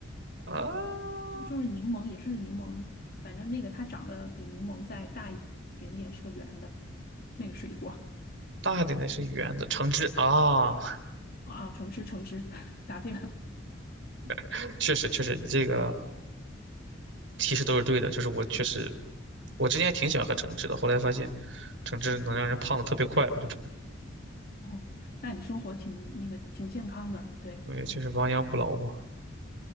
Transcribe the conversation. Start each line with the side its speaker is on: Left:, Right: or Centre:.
Right: 啊。
Left: 就就是柠檬，也是柠檬，反正那个它长得比柠檬再大一点点，是个圆的那个水果
Right: 大一点的是圆的，橙汁啊，
Left: 啊，橙汁橙汁，<laughs> 答对了。
Right: <laughs> 确实确实，你这个提示都是对的。就是我确实，我之前还挺喜欢喝橙汁的，后来发现橙汁能让人胖的特别快，我就不，
Left: 哦，那你生活挺那个挺健康的，对。
Right: 没，就是亡羊补牢嘛。